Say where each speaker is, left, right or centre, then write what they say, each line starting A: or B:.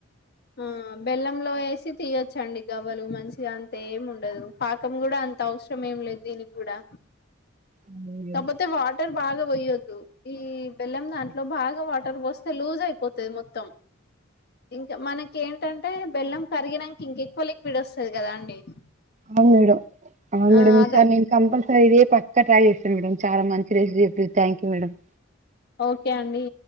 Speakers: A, on the left; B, on the right.
A: ఆ బెల్లంలో వేసి తీయొచ్చండి గవ్వలు మంచిగా అంత ఏమి ఉండదు, పాకం కూడా అంత అవసరం ఏమి లేదు దీనికి కూడా
B: అవును మేడం.
A: కాకపోతే వాటర్ భాగం పోయొద్దు ఈ బెల్లం దాంట్లో బాగా వాటర్ పోస్తే లూజ్ అయిపోతుది మొత్తం ఇంకా మనకి ఇంక ఏంటంటే బెల్లం కరిగినక ఇంకెక్కువ లిక్విడ్ వస్తుంది కదా అండి
B: అవు మేడ అవు మేడసార్
A: ఆ అద
B: కంపల్స స ఇదే పక్క ట్రాై చేస్త మేడం చాలా మంది రేసి చెప్పి థ్యాంక్ యూ మేడమ్
A: ఓకే అండి